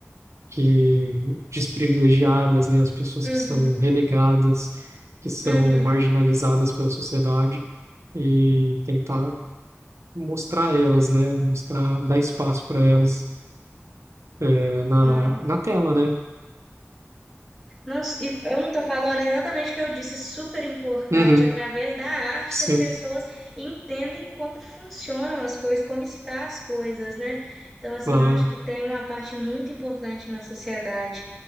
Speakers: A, on the right; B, in the centre.
A: que desprivilegiadas, né, as pessoas
B: Uhum,
A: que são relegadas, que são
B: uhum.
A: marginalizadas pela sociedade e tentar mostrar elas, né, mostrar, dar espaço para elas, eh, na
B: Não,
A: na tela, né?
B: Nossa, e eu não estou falando exatamente o que eu disse, super importante,
A: Uhum,
B: através da arte
A: sim,
B: que as pessoas entendem como funcionam as coisas, como estão as coisas, né? Então, assim,
A: claro.
B: eu acho que tem uma parte muito importante na sociedade.